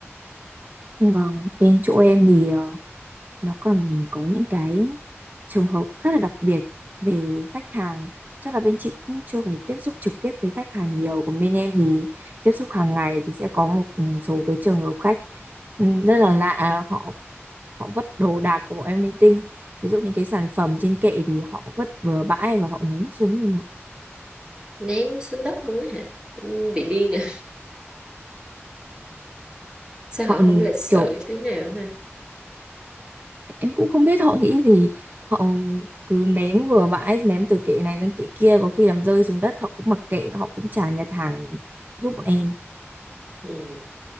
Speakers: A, on the right; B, on the right.
A: Vâng, bên chỗ em thì ờ, nó còn có những cái trường hợp rất là đặc biệt về khách hàng chắc là bên chị cũng chưa phải tiếp xúc trực tiếp với khách hàng nhiều còn bên em thì tiếp xúc hàng ngày thì sẽ có một số cái trường hợp khách ừm, rất là lạ À, họ họ vứt đồ đạc của bọn em linh tinh ví dụ những cái sản phẩm trên kệ thì họ vứt bừa bãi và họ ném xuống luôn ạ
B: ném xuống đất luôn á hả Ừ, bị điên à <laughs> sao
A: họ
B: họ không lịch sự
A: kiểu
B: tí nào ha
A: em cũng không biết họ nghĩ gì họ cứ ném vừa bãi ném từ kệ này sang kệ kia có khi làm rơi xuống đất họ cũng mặc kệ họ cũng chả nhặt hàng giúp bọn em
B: ừ.